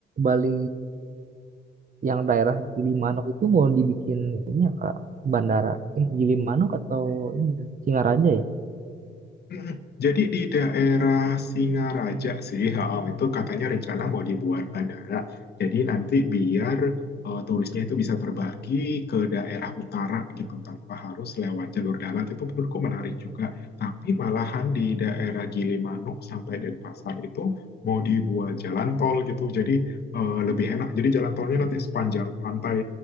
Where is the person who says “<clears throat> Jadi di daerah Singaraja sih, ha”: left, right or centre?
Left